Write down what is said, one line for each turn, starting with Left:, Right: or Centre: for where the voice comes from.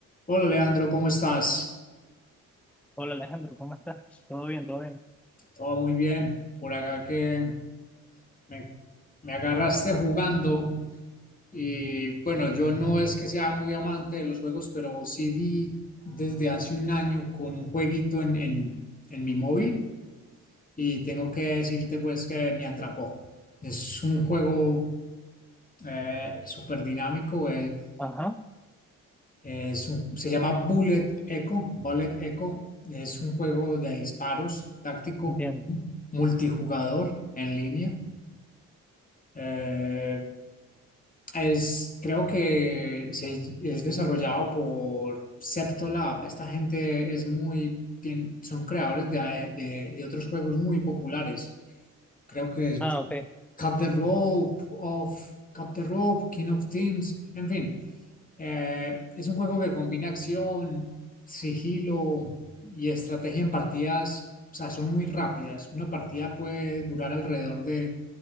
Left: Hola Leandro, ¿cómo estás?
Centre: Hola Alejandro, ¿cómo estás? Todo bien, todo bien.
Left: Todo muy bien. Por acá que me, me agarraste jugando y bueno, yo no es que sea muy amante de los juegos, pero sí di desde hace un año con un jueguito en, en, en mi móvil y tengo que decirte pues que me atrapó. Es un juego eh, súper dinámico,
Centre: Ajá,
Left: Es un- se llama Bullet Echo. Bullet Echo es un juego de disparos táctico
Centre: entiendo.
Left: multijugador en línea. Eh, es, creo que se- es desarrollado por Septolab. Esta gente es muy, tien- son creadores de, de- de otros juegos muy populares. Creo que
Centre: Ah, ok.
Left: Cut the Rope, of, Cut the Rope, King of Teams, en fin. Eh, es un juego que combina acción, sigilo y estrategia en partidas, o sea, son muy rápidas. Una partida puede durar alrededor de